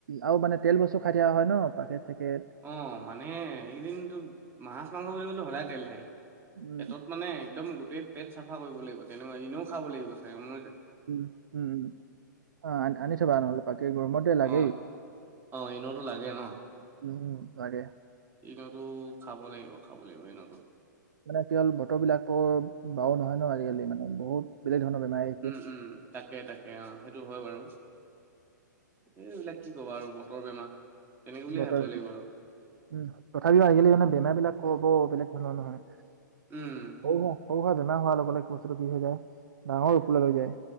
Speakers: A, on the right (about 75°); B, on the right (about 20°).
A: আৰু মানে তেল বস্তু খাই দিয়া হয় ন পাকেট-চেকেট।
B: অ, মানে এইদিন তোৰ মাছ-মাংস বুলি কলে সদায় তেল থাকে।
A: উম
B: পেটত মানে একদম গোটেই পেট চাফা কৰিব লাগিব তেনেকুৱা ইনও খাব লাগিব চাগে মই
A: উম, উম, অ আনি থবা নহ'লে বাকে গৰমতে
B: অ
A: লাগেই।
B: অ, ইনোটো লাগে ন?
A: উম, লাগে।
B: ইনোটো খাব লাগিব, খাব লাগিব ইনো।
A: মানে কেৱল বতৰ বিলাকৰ বাৰু নহয় ন আজিকালি মানে বহুত বেলেগ ধৰণৰ বেমাৰী
B: উম, উম, তাকে-তাকে অ, সেইটো হয় বাৰু। এই এইবিলাক কি ক'বা আৰু বতৰ বেমাৰ। তেনেকে বুলিয়ে
A: বতৰ
B: ভাবিব লাগিব
A: উ
B: আৰু
A: তথাপিও আজিকালি মানে বেমাৰ বিলাক কব বেলেগ ধৰণৰ নহয়।
B: উম।
A: সৰু সুৰা সৰু সুৰা বেমাৰ হোৱাৰ লগে-লগে কি বস্তুটো কি হৈ যায় ডাঙৰ ৰূপলৈ লৈ যায়।